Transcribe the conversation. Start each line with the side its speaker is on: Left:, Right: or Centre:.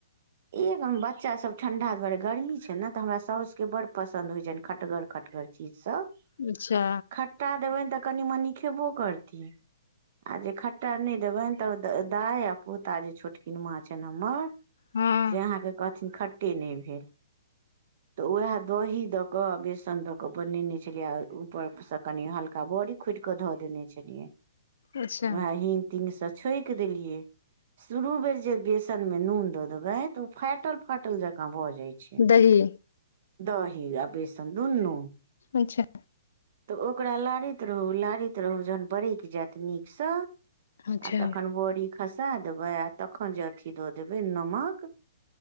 Right: एकम बच्चा सब ठंडा द्वारे गर्मी छै ने तऽ हमरा साउस के बड पसन्द होय छनि खटगर खटगर चीज सब
Left: अच्छा
Right: खट्टा देबनि तऽ कनि मनि खेबो करती आ जे खट्टा नहि देबनि त दाय आ पोता जे छोटकीनमाँ छनि हमर
Left: हँ
Right: से अहाँके कहथिन खट्टे नहि भेल तऽ उएह दही द क बेसन द के बनेने छलिय आ ऊपर से कनि हल्का बड़ी खुटि कऽ धऽ देने छलियै
Left: अच्छा
Right: वएह हिंग तिंगसँ छकि देलियै शुरू बेर जे बेसन में नून द देवे त ओ फाटल फाटल जका भ जाय छै
Left: दही
Right: दही आ बेसन दुनू
Left: अच्छा
Right: तऽ ओकरा लारैत रहू लारैत रहू जहन बरकि जायत नीकसँ
Left: अच्छा
Right: आ तखन बड़ी खसा देबै आ तखन जे अथी दऽ देबै नमक